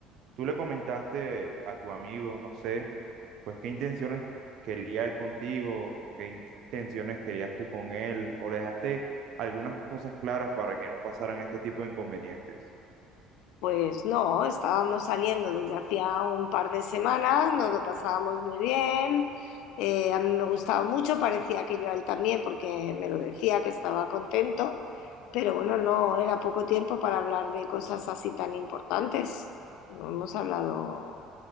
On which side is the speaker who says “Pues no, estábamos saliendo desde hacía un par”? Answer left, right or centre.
Left